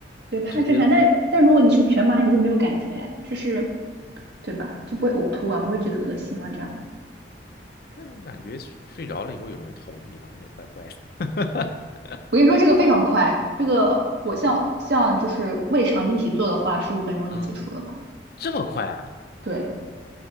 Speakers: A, on the right; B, on the left.
A: 对，怕正常，
B: 直接，
A: 但但如果你是全麻，你就没有感觉呀，就是对吧？就不会呕吐啊，不会觉得恶心啊，这样。
B: 但是感觉睡睡着了以后有人捅你，好像也怪怪的。<laughs>
A: 我跟你说，这个非常快，这个我像像就是胃肠的一起做的话，十五分钟就结束了吧？
B: 嗯，这么快啊？
A: 对。